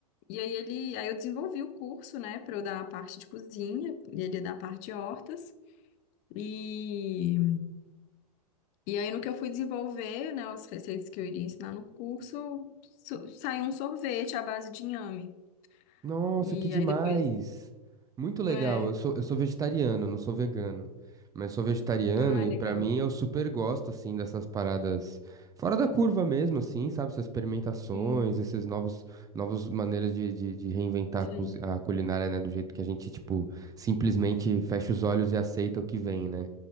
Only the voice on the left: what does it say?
e aí ele, aí eu desenvolvi o curso, né, para eu dar a parte de cozinha e ele dar a parte de hortas. E E aí, no que eu fui desenvolver, né, as receitas que eu iria ensinar no curso, so- saiu um sorvete à base de inhame.
E
aí depois.
É.
Ah,
legal.
Sim,
sei.